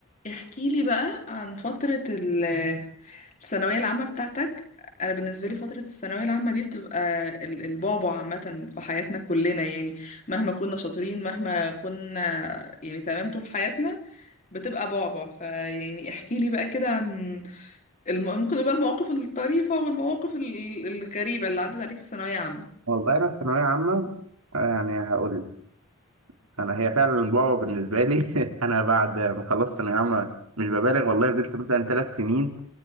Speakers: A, on the left; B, on the right.
A: احكي لي بقى عن فترة ال- الثانوية العامة بتاعتك أنا بالنسبة لي فترة الثانوية العامة دي بتبقى ال- البعبع عامة في حياتنا كلنا يعني مهما كنا شاطرين مهما كنا يعني تمام طول حياتنا بتبقى بعبع فيعني احكي لي بقى كده عن الم... ممكن يبقى المواقف الطريفة والمواقف ال- الغريبة اللي عدت عليك في ثانوية عامة
B: والله أنا في ثانوية عامة آه، يعني هقول لك أنا هي فعلا بابا بالنسبة لي <laughs> أنا بعد ما خلصت ثانوية عامة مش ببالغ والله فضلت مثلا ثلاث سنين